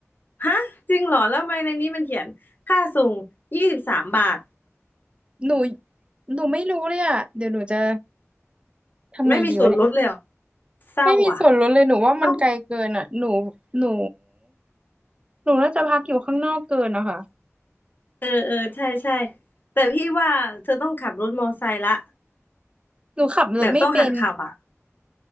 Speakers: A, on the left; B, on the right.
A: ฮะจริงเหรอแล้วทำไมในนี้มันเขียนค่าส่งยี่สิบสามบาท
B: หนูหนูไม่รู้เลยอ่ะเดี๋ยวหนูจะทำไงดีวะ
A: ไม่มีส่วนลดเลยเหรอเศร้าอ่ะ
B: ไม่มีส่วนลดเลยหนูว่ามันไกลเกินอ่ะหนู
A: ต้อง
B: หนูหนูน่าจะพักอยู่ข้างนอกเกินนะคะ
A: เออเออใช่ใช่แต่พี่ว่าเธอต้องขับรถมอไซค์ละ
B: หนูขับรถไม่เป็น
A: แบบต้องหัดขับอ่ะ